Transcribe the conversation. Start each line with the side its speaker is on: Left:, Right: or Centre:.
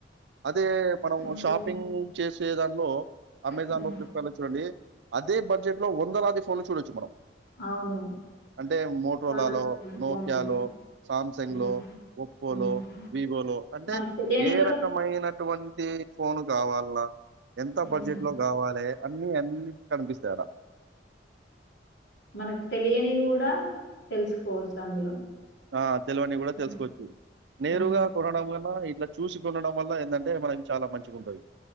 Right: అదే మనం
Left: అవును.
Right: షాపింగ్ చేసి దాంట్లో అమెజాన్
Left: హ్మ్.
Right: లో చూడండి అదే బడ్జెట్ లో వందలాది ఫోన్లు చూడొచ్చు మనం
Left: అవును.
Right: అంటే మోటోలాలో
Left: చాలా చాలా
Right: నోకియాలో
Left: ఫోన్లు.
Right: సామ్సంగ్
Left: హ్మ్.
Right: లో ఒప్పోలో
Left: హ్మ్.
Right: వివోలో అంటే
Left: మనకు తెలియనివి
Right: ఏ
Left: గూడా
Right: రకమైనటువంటి ఫోను కావల్నా ఎంత
Left: హ్మ్.
Right: బడ్జెట్ లో కావాలి అన్ని అన్ని కనిపిస్తాయి ఆడా
Left: మనకు తెలియని కూడా తెలుసుకోవచ్చు అందులో
Right: ఆ తెలివని కూడా
Left: హ్మ్.
Right: తెలుసుకోవచ్చు నేరుగా
Left: హ్మ్.
Right: కొనడం వల్ల ఇట్లా చూసి కొనడం వల్ల ఏందంటే మనకి చాలా మంచిగా ఉంటుంది